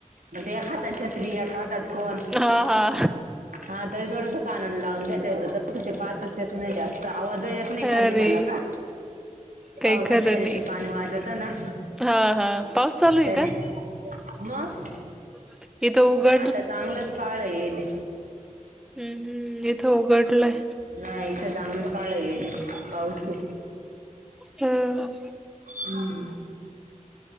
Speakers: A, on the right; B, in the centre.
A: एक हात छत्री एक हातात फोन.
B: हा हा
A: हा तरी थोडस कानान लावून घ्यातायचं तस ते पात. येत नाही जास्त आवाज येत नाही
B: अरे
A: खाली त्याला का.
B: काही
A: पावसत
B: खरं
A: आणि
B: नाही
A: ते पाणी वाजत ना
B: हा हा पाऊस चालू आहे
A: त्याने. मग.
B: तुझा दे. इथं उघड.
A: आता चांगलंच पाळ येईल.
B: हम हम इथं उघडलंय.
A: नाही इथं चांगलंच काळ येल पाऊसे.
B: हम्म.
A: हम्